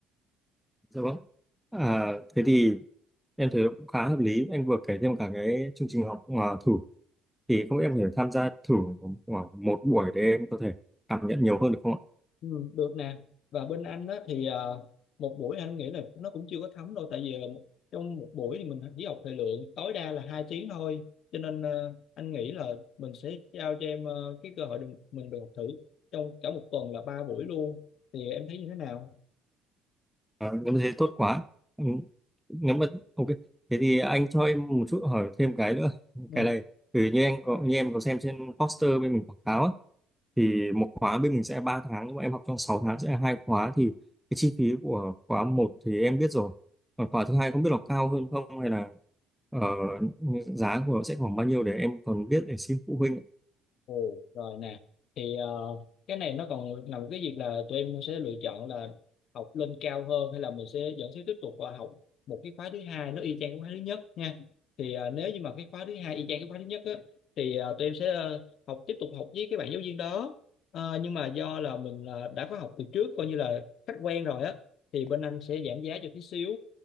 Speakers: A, in the centre; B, on the left.
A: dạ vâng à, thế thì em thấy cũng khá hợp lý anh vừa kể thêm cả cái chương trình học uh, thử thì không biết em có thể tham gia thử khoảng một buổi để em có thể cảm nhận nhiều hơn được không ạ
B: Ừ, được nè và bên anh đó thì ờ, một buổi anh nghĩ là nó cũng chưa có thấm đâu tại vì là một- trong một buổi thì mình chỉ học thời lượng tối đa là hai tiếng thôi cho nên ờ, anh nghĩ là mình sẽ trao cho em ờ, cái cơ hội đừng, mình được học thử trong cả một tuần là ba buổi luôn thì em thấy như thế nào
A: à, nếu mà thế tốt quá ừ. nếu mà ok thế thì anh cho em một chút hỏi thêm cái nữa
B: Ừ.
A: cái này thì như anh có như em có xem trên poster bên mình quảng cáo á thì một khóa bên mình sẽ ba tháng mà em học trong 6 tháng sẽ là hai khóa thì cái chi phí của khóa một thì em biết rồi còn khóa thứ hai không biết là cao hơn không hay là ờ, giá của nó sẽ khoảng bao nhiêu để em còn biết để xin phụ huynh
B: Ồ, rồi nè thì ờ, cái này nó còn nằm cái việc là tụi em sẽ lựa chọn là học lên cao hơn hay là mình sẽ vẫn sẽ tiếp tục ờ, học một cái khóa thứ hai nó y chang cái khóa thứ nhất nha thì ờ, nếu như mà cái khóa thứ hai y chang cái khóa thứ nhất á thì ờ, tụi em sẽ ờ, học tiếp tục học với cái bạn giáo viên đó Ờ, nhưng mà do là mình ờ, đã có học từ trước coi như là khách quen rồi á thì bên anh sẽ giảm giá cho tí xíu